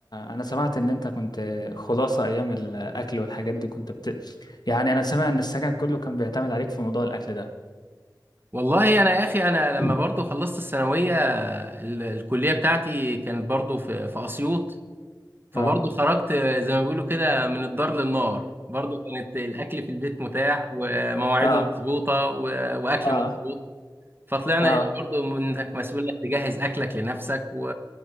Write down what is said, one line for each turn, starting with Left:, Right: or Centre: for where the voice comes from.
Left: انا سمعت ان انت كنت خلاصه ايام الاكل والحاجات دي كنت بت... يعني انا سامع ان السكن كله كان بيعتمد عليك في موضوع الاكل ده
Right: والله انا يا اخي انا
Left: <clears throat>
Right: لما برضو خلصت الثانويه ال- الكليه بتاعتي كانت برضو في في اسيوط فبرضو
Left: اه
Right: خرجت آه، زي ما بيقولوا كده من الدار للنار برضو كانت الاكل في البيت متاح ومواعيده
Left: اه
Right: مظبوطه و- واكل
Left: اه
Right: مظبوط فطلعنا
Left: اه
Right: هنا برضو من انك مسؤول انك تجهز اكلك لنفسك و...